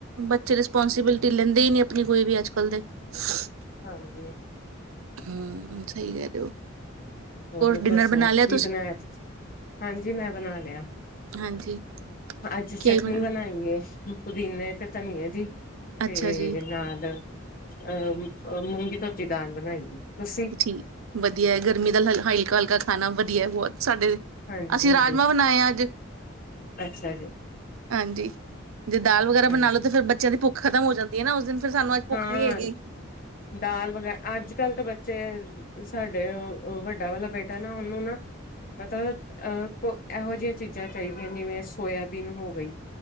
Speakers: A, on the right (about 85°); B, on the left (about 45°).
A: ਬੱਚੇ ਰਿਸਪੋਂਸੀਬਿਲਿਟੀ ਲੈਂਦੇ ਹੀ ਨਹੀਂ ਆਪਣੀ ਕੋਈ ਵੀ ਅੱਜ ਕੱਲ ਦੇ। ਸ।
B: ਹਾਂਜੀ।
A: ਹਮ ਸਹੀ ਕਹਿ ਰਹੇ ਹੋ।
B: ਹੋਰ
A: ਡਿਨਰ
B: ਦੱਸੋ
A: ਬਣਾ
B: ਕੀ
A: ਲਿਆ
B: ਬਣਾਇਆ ਤੁਸੀਂ। ਹਾਂਜੀ ਮੈਂ ਬਣਾ ਲਿਆ।
A: ਹਾਂਜੀ
B: ਅੱਜ ਚਟਨੀ
A: ਕੀ ਬਣਾ
B: ਬਣਾਈ ਏ। ਪੁਦੀਨੇ ਤੇ ਧਨੀਏ ਦੀ। ਤੇਰੇ
A: ਅੱਛਾ ਜੀ,
B: ਨਾਲ। ਅਹ ਅ ਮੂੰਗੀ ਥੋਤੀ ਦਾਲ ਬਣਾਈ ਏ। ਤੁਸੀਂ
A: ਠੀਕ ਵਧੀਆ ਗਰਮੀ ਦੇ ਨਾਲ ਹਾਈ ਹਲਕਾ ਖਾਣਾ ਵਧੀਆ ਬਹੁਤ। ਸਾਡੇ,
B: ਹਾਂਜੀ
A: ਅਸੀਂ
B: ਹਾਂਜੀ
A: ਰਾਜਮਾਂ ਬਣਾਏ ਆ ਅੱਜ।
B: ਅੱਛਾ ਜੀ
A: ਹਾਂਜੀ, ਜੇ ਦਾਲ ਵਗੈਰਾ
B: ਹਾਂਜੀ
A: ਬਣਾ ਲੋ ਤੇ ਫਿਰ ਬੱਚਿਆਂ ਦੀ ਭੁਖ ਖ਼ਤਮ ਹੋ ਜਾਂਦੀ ਏ ਨਾ ਉਸ ਦਿਨ। ਫਿਰ ਸਾਨੂੰ ਅੱਜ ਭੁੱਖ
B: ਹਾਂ,
A: ਨੀ ਹੈਗੀ
B: ਦਾਲ ਵਗੈ ਅੱਜ ਚੱਲ ਤੇ ਬੱਚੇ, ਸਾਡੇ ਵੱਡਾ ਵਾਲਾ ਬੇਟਾ ਨਾ ਉਹਨੂੰ ਨਾ ਮਤਲਬ ਅਹ ਇਹੋ ਜਿਹੀਆਂ ਚੀਜ਼ਾਂ ਚਾਹੀਦੀਆਂ। ਜਿਵੇਂ ਸੋਯਬੀਨ ਹੋ ਗਈ।